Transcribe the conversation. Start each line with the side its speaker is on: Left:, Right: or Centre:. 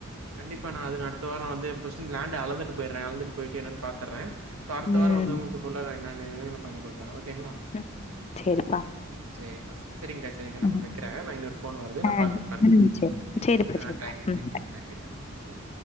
Right: கண்டிப்பா நா அது அடுத்த வாரோ வந்து ஃபஸ்ட் லேண்ட அலந்துட்டு போய்றே அழந்துட்டு போயிட்டு என்னனு பாத்துறே சோ அடுத்த
Left: ம்
Right: வார வந்து உங்கள்க்கு ஃபுல்லா நா என்னென்ன வேணுனு பண்ணி கொடுத்தறே ஓகேங்ளா
Left: ம் சரிப்பா
Right: செரிப்பா செரிங்கக்கா சரிங்க நா
Left: ம்.
Right: வைக்கிறே நா இன்னொரு ஃபோன் வருது நா
Left: ஆ.
Right: பாத்தட்டு பண்றே
Left: ம். சரி. சரிப்பா,
Right: ஆ
Left: சரிப்பா.
Right: தேங்க்யூ
Left: ம்.
Right: தேங்க்யூ நன்றி நன்றி ம்